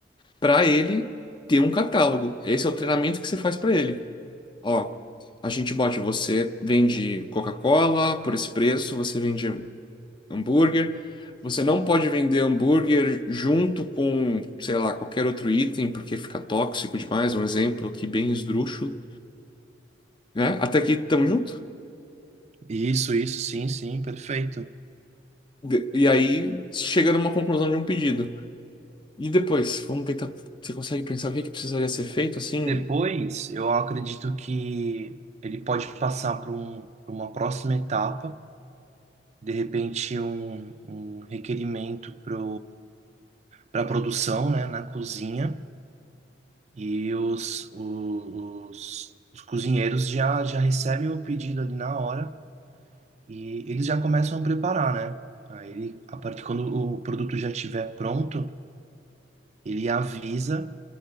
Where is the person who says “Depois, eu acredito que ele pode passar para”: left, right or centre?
Right